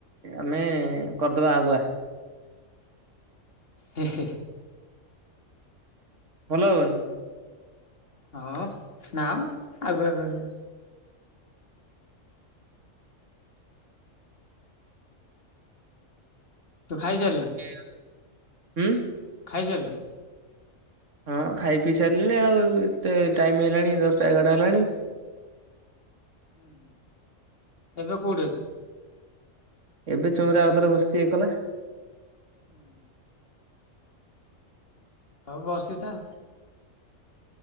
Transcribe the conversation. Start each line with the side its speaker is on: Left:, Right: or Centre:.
Right: ଆମେ କରଦବା ଆଗୁଆ।
Left: ହେଁ ହେ।
Right: ଭଲ ହବନି।
Left: ହଁ ନା ମ ଆଗୁଆ କରି ତୁ ଖାଇ ସାଇଲୁ?
Right: <unintelligible> ହୁଁ।
Left: ଖାଇ ସାଇଲୁ <unintelligible>
Right: ହଁ ଖାଇପିଇ ସାରିଲିଣି ଆଉ ଏତେ ଟାଇମି ହେଲାଣି ଦଶଟା ଏଗାରଟା ହେଲାଣି।
Left: ହୁଁ-ହୁଁ ଏବେ କୋଉଠି ଅ <unintelligible>
Right: ଏବେ ଚଉଁରା ଉପରେ ବସିଚି ଏକଲା।
Left: ଉଁ ହୁଁ। ହଉ ବସିତା।